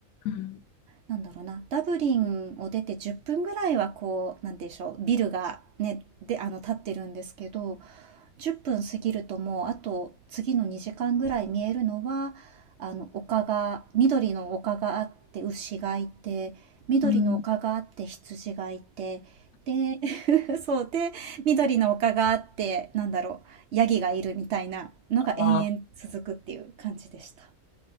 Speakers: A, on the left (about 80°); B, on the right (about 60°).
A: うん。
B: なんだろうな、ダブリンを出て10分ぐらいはこう、なんてでしょう、ビルがね、で、あの、立ってるんですけど、10分過ぎるともう、あと次の2時間ぐらい見えるのは、あの、丘が、緑の丘があって、牛がいて、緑の丘があって、
A: うん。
B: 羊がいて、で、<laughs> そうで、緑の丘があって、なんだろう、ヤギがいるみたいなのが延々続くっていう感じでした。
A: あ